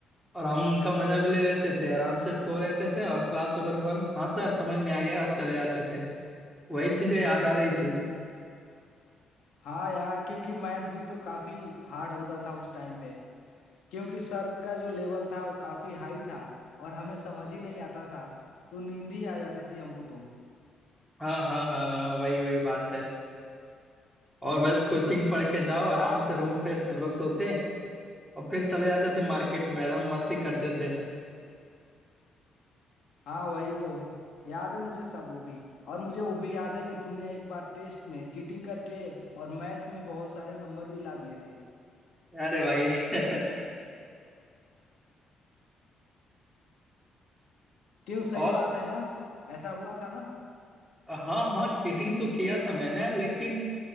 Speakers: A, in the centre; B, on the left.
A: और हम उनका मजा भी ले लेते थे आराम से सो लेते थे और क्लास ओवर के बाद हाँ सर समझ में आ गया और चले जाते थे वही चीजें याद आ रही थी
B: हाँ यार क्योंकि मैथ भी तो काफी हार्ड होता था उस टाइम पे क्योंकि सर का जो लेवल था वो काफी हाई था और हमें समझ ही नहीं आता था तो नींद ही आ जाती थी हमको तो
A: हाँ हाँ हाँ हाँ, वही वही बात है और बस कोचिंग पढ़ के जाओ आराम
B: हाँ
A: से रूम पे हम लोग सोते और फिर चले जाते थे मार्केट में एकदम मस्ती करते थे
B: हाँ वही तो याद है मुझे सब वो भी और मुझे वो भी याद है कि तुमने एक बार टेस्ट में चीटिंग करके और मैथ में बहुत सारे नंबर भी ला दिए थे
A: अरे भाई <laughs>
B: क्यों सही
A: और
B: बात है ना ऐसा हुआ था ना
A: हाँ हाँ चीटिंग तो किया था मैंने लेकिन